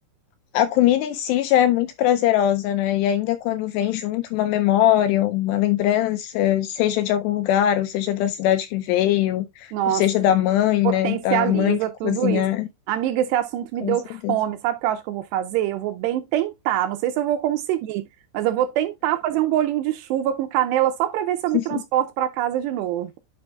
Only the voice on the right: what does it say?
Nossa,
potencializa
tudo isso. Amiga, esse assunto
me deu
fome. Sabe o que eu acho que eu vou fazer? Eu vou bem tentar. Não sei se eu vou conseguir, mas eu vou tentar fazer um bolinho de chuva com canela só para ver se eu
me transporto para casa de novo.